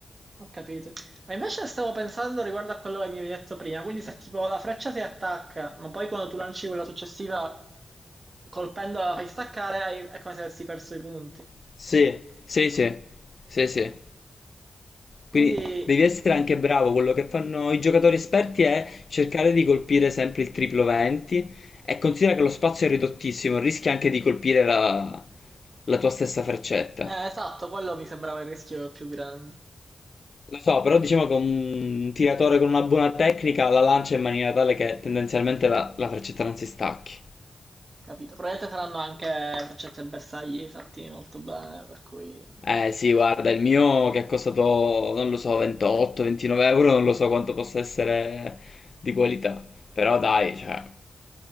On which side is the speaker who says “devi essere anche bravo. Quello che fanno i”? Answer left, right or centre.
Left